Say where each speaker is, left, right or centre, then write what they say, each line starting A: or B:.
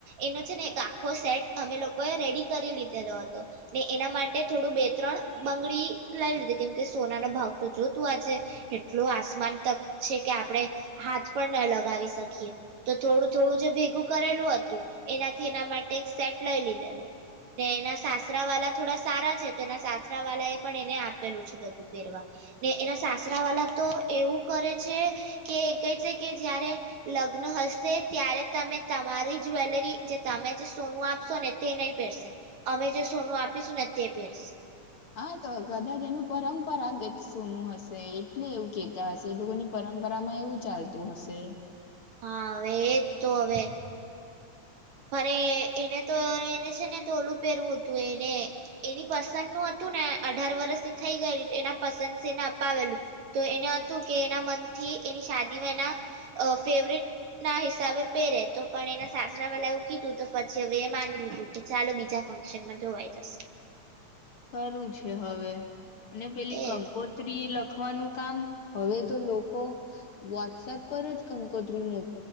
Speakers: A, on the right; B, on the left.
A: એનો છે ને એક આખો સેટ અમે લોકોએ રેડી કરી લીધેલો હતો, ને એના માટે થોડું બે ત્રણ બંગડી લઈ લીધી કેમ કે સોના નો ભાવ તો જોતું આજે, એટલો આસમાન તક છે કે આપણે, હાથ પણ ના લગાવી શકીએ, તો થોડું થોડું જે ભેગું કરેલું હતું, એનાથી એના માટે એક સેટ લઈ લીધેલો, ને એના સાસરા વાળા થોડા સારા છે તો એના સાસરા વાલા એ પણ એને આપેલું છે બધું પહેરવા, ને એના સાસરા વાલા તો એવું કરે છે, કે કહે છે કે જારે લગ્ન હશે ત્યારે તમે તમારી જ્વેલરી જે તમે જે સોનું આપશો ને તે નહીં પહેરશે, અમે જે સોનું આપ સુન તે પેરસે.
B: હા તો કદાચ એનું પરંપરા સોનું હશે એટલે એવું કેતા હશે એ લોકોની પરંપરામાં એવું ચાલતું હશે.
A: હા હવે એજ તો હવે. પણ એને તો એને છે ને તો ઓલું પહેરવું હતું એને એની પસંદ નું હતું ને અઢાર વરષથી થઈ ગયેલ એના પસંદ છેને અપાવેલું, તો એને હતું કે એના મનથી એની શાદીમાં એના, ફેવરિટ ના હિસાબે પહેરે તો પણ એના સાસુ લા એવું કીધું તો પછી હવે એ માની લીધું કે ચાલો બીજા ફંક્શનમાં જોવાઈ જશે.
B: ખરું છે હવે. અને પેલી
A: એજ
B: કંકોત્રી લખ લખવાનું કામ હવે તો લોકો, વોટ્સએપ પર જ કંકોત્રી મોક